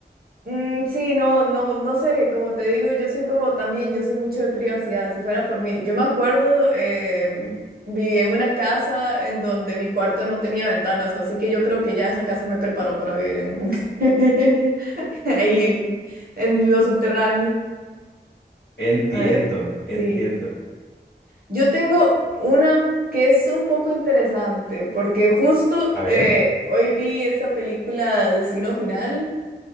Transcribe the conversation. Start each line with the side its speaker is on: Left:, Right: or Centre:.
Right: mm, sí, no, no, no sé, como te digo, yo soy como también, yo soy mucho de privacidad, si fuera por mí. Yo me acuerdo, eh, vivía en una casa en donde mi cuarto no tenía ventanas, así que yo creo que ya esa casa me preparó para vivir en un búnker, <laughs> ahí en, en lo subterráneo.
Left: Entiendo,
Right: Eh, sí.
Left: entiendo.
Right: Yo tengo una que es un poco interesante, porque justo
Left: A ver,
Right: eh, hoy vi esa película Destino Final,